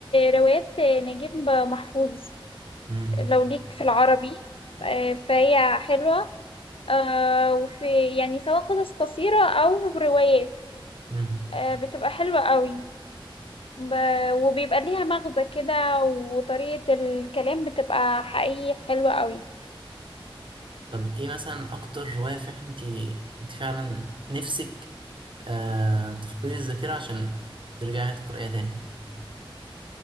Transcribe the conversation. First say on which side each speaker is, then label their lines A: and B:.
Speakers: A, on the left; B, on the right.
A: روايات نجيب محفوظ
B: امم
A: لو ليك في العربي آه فهي حلوه آه وفي يعني سواء قصص قصيره او روايات
B: امم
A: آه بتبقى حلوه قوي ب... وبيبقى ليها مغزى كده وطريقه الكلام بتبقى حقيقي حلوه قوي
B: طب ايه مثلا اكتر رواية فعلا انت انت فعلا نفسك آه، تفقد الذاكرة عشان ترجعي تقرأيها تاني